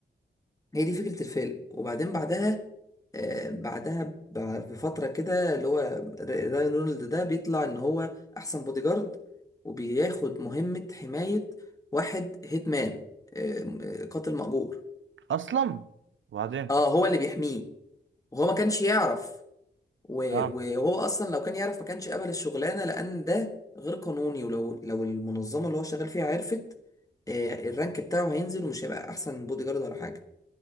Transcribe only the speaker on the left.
هي دي فكره الفيلم وبعدين بعدها آه، بعدها ب- بفتره كده اللي هو ر- رايان رونالد ده بيطلع ان هو احسن بودي جارد وبياخد مهمه حمايه واحد هيتمان آه، آه، قاتل مأجور
اه هو اللي بيحميه وهو ما كانش يعرف و-
و- وهو اصلا لو كان يعرف ما كانش قبل الشغلانه لان ده غير قانوني ولو لو المنظمه اللي هو شغال فيها عرفت آه، الرانك بتاعه هينزل ومش هيبقى احسن بودي جارد ولا حاجه